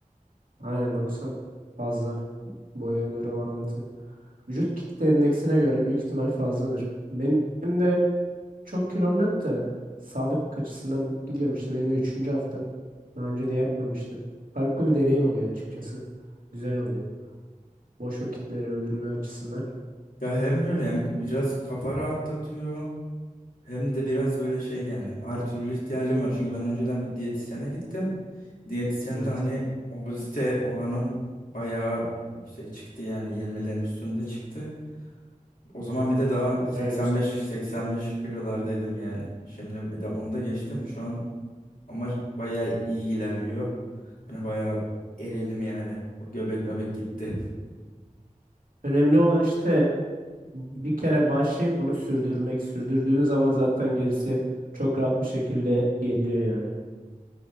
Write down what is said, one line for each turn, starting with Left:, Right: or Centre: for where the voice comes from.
Right: Aynen 90. Fazla. Boya göre orantı. Vücut kitle endeksine göre büyük ihtimal fazladır. Benim de Çok kilom yok da sağlık açısından gidiyorum işte benim de üçüncü haftam. Daha önce de yapmamıştım. Farklı bir deneyim oluyor açıkçası. Güzel oluyor. Boş vakitleri öldürme açısından.
Left: Ya hem öyle hem biraz kafa rahatlatıyor. Hem de biraz böyle şey yani her türlü ihtiyacım var. Çünkü ben önceden bir diyetisyene gittim. Diyetisyen
Right: Evet.
Left: de hani obezite oranım bayağı yüksek çıktı yani 20'lerin üstünde çıktı. O zaman bir de daha
Right: <clears throat>
Left: 85-85
Right: Bayağı yüksek.
Left: kilolardaydım yani. Şimdi de onu da geçtim. Şu an ama bayağı iyi ilerliyor. Yani bayağı eridim yani. O göbek mebek gitti.
Right: Önemli olan işte bir kere başlayıp onu sürdürmek. Sürdürdüğün zaman zaten gerisi çok rahat bir şekilde geliyor yani.